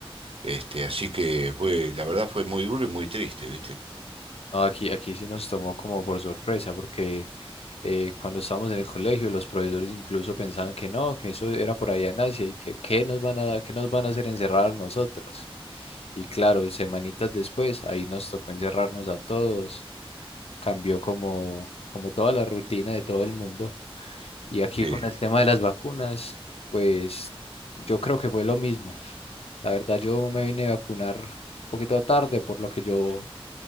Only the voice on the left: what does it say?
No, aquí, aquí sí nos tomó como por sorpresa, porque eh, cuando estábamos en el colegio, los profesores incluso pensaban que no, que eso era por allá en Asia y que qué nos van a, qué nos van a hacer encerrar nosotros. Y claro, semanitas después, ahí nos tocó encerrarnos a todos, cambió como, como toda la rutina de todo el mundo. Y aquí
con el tema de las vacunas, pues yo creo que fue lo mismo. La verdad, yo me vine a vacunar un poquito tarde, por lo que yo